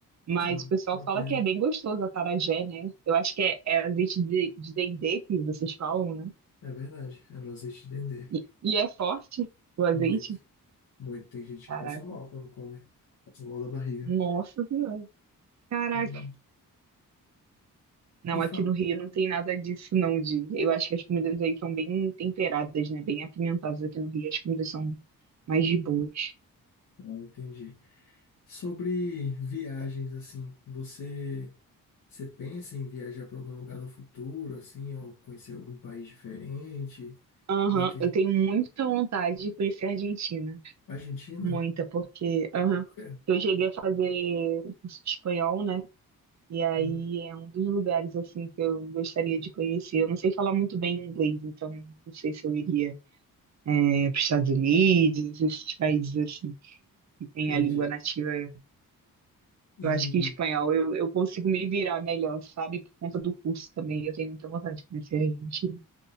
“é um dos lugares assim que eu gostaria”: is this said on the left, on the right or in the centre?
Right